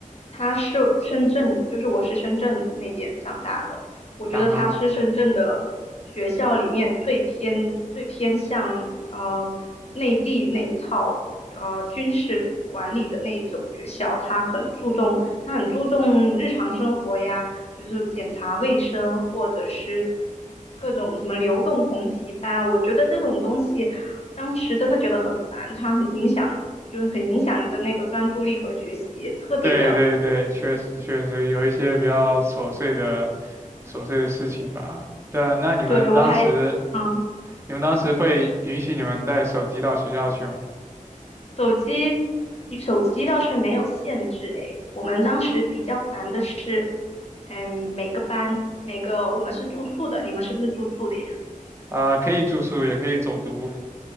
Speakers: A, on the left (about 45°); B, on the right (about 20°).
A: 它是深圳，就是我是深圳那边长大的，我觉得它是深圳的学校里面最偏最偏向呃内地那一套呃军事管理的那一种学校，
B: 啊。
A: 它很注重它很注重日常生活呀，就是检查卫生或者是各种什么流动红旗班，我觉得这种东西。当时真的觉得很烦，它很影响，就是很影响人的那个专注力和学习，特别的。
B: 对对对，确实确实有一些比较琐碎的琐碎的事情吧。对啊，那你们当时
A: 对，我还，嗯，
B: 你们当时会允许你们带手机到学校去吗？
A: 手机，手机倒是没有限制，诶，我们当时比较烦的是，嗯，每个班，每个，我们是住宿的，你们是不是住宿的呀？
B: 啊、可以住宿，也可以走读。